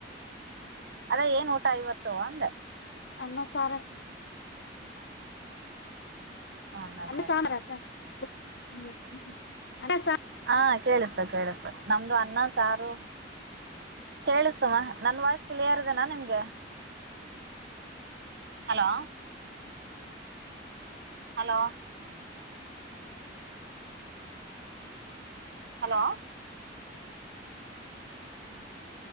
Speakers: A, on the right; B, on the left.
A: ಅದೇ ಏನ್ ಊಟ ಇವತ್ತು ಅಂದೆ
B: ಅನ್ನ, ಸಾರ
A: ಅನ್ನ
B: ಅ್ಣ
A: ಸಾರು
B: ಸಾಮರ ಅ <unintelligible>
A: ಹಾ, ಕೇಳಿಸ್ತ ಕೇಳಿಸ್ತ ನಮ್ದು ಅನ್ನ ಸಾರು ಕೇಳಿಸ್ತು. ನನ್ ವಾಯ್ಸ್ ಕ್ಲಿಯರ್ ಇದೆನಾ ನಿಮ್ಗ. ಹಲೋ, ಹಲೋ ಹಲೋ, -